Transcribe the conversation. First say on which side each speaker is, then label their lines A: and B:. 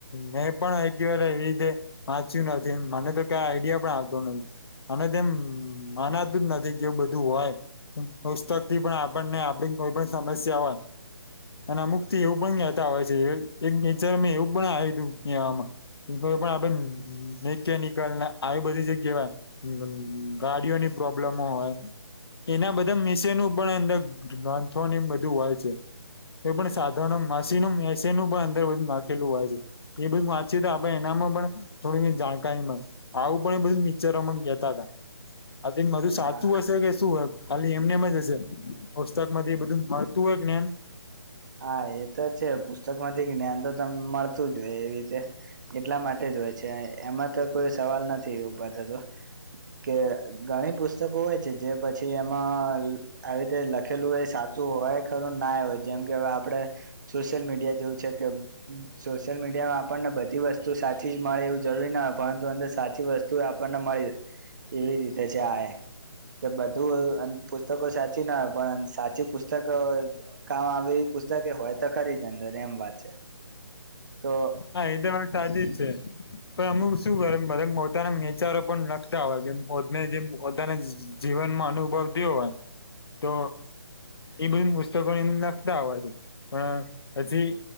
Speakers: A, on the left; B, on the right.
A: મેં પણ એકવાર એવી રીતે વાંચ્યું નથી મને તો કા આઈડિયા પણ આવતો નહી અને તેમ માનાતું જ નથી કેવું બધું હોય. પુસ્તક થી પણ આપણને આપડી કોઈ પણ સમસ્યા હોય. એને થી એવું પણ ગતા હોય છે એક ચર એવું પણ આવ્યું કહેવામા. કોઈ પણ આપ નૈતનીક. કલ આવી બધી જે કહેવાય ગાડીઓની પ્રોબ્લેમો હોય. એના બધા મેશિનું પણ અંદર ગ્રંથોને એ બધું હોય છે. એ પણ સાધોનો માસી નું મેસી નું પણ અંદર બધું નાખેલું હોય છે. એ બધ વાંચી તો આપે એનામાં પણ થોડી જાણકારી મળે આવું પણ એ બધું મિચીરોમા કહેતા આ માધું સાચું
B: હા
A: હશે કે શુંય ખાલી એમનેમ જ હશે પુસ્તક માંથી બધું મળતું હોય જ્ઞાન.
B: હા એ તો છે પુસ્તક માંથી જ્ઞાન તો તમ મળતું જ હોય એવી રીતે. એટલા માટે જ હોય છે એમાં તો કોઈ સવાલ નથી ઉભા થતો. કે ગણી પુસ્તકો હોય છે જે પછી એમાં આવી રીતે લખેલું એ સાચું હોય ખરું ના હોય જેમ કે હવે આપણે સોશિયલ મીડિયા જેવું છે કે સોશિયલ મીડિયામાં આપણને બધી વસ્તુ સાચી જ મળે એવું જરૂરી ના હોય પરંતુ અંદર સાચી વસ્તુ આપણને મળી રહે. એવી રીતે છે આએ. કે બધું અન પુસ્તકો સાચી ના હોય પણ સાચી પુસ્તક કામ આવે એવી પુસ્તકે હોય તો ખરી જ અંદર એમ વાત છે તો.
A: હા એ વા સાદી છે. પણ અમુક શું કરે બધ પોતાના વિચારો પણ લખતા હોય કે પોતને જેમ પોતાના જીવનમાં અનુભવતી હોય તો. એ બધી પુસ્તકો ને એને લખતા હોય છે પણ પછી.